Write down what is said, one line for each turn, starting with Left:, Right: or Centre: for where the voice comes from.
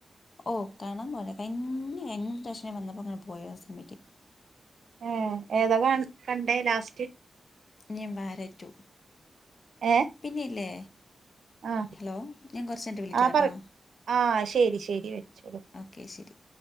Left: ഓ കാണാ പോലെ കി എങ്ങ ദക്ഷണേ വന്നപ്പോ അങ്ങനെ പോയ സിനിമക്ക്
Right: ഏഹ് ഏതാ കണ്ടേ ലാസ്റ്റ്
Left: ഞാൻ വാഴ റ്റു
Right: ഏ
Left: പിന്നെല്ലേ
Right: ആ
Left: ഹലോ ഞാൻ കുറച്ച് കഴിനിട്ട് വിളിക്കാംട്ടോ
Right: ആ പറ ആ ശരി ശരി വെച്ചോളൂ
Left: ഓക്കെ ശരി